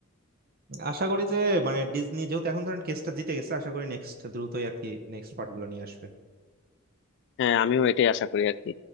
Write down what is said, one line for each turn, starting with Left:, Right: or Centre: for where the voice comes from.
Right: আশা করি যে মানে ডিজনি যেহেতু এখন ধরেন কেসটা জিতে গেছে আশা করি নেক্সট দ্রুতই আর কি নেক্সট পার্ট গুলো নিয়ে আসবে
Left: হ্যাঁ আমিও এটাই আশা করি আর কি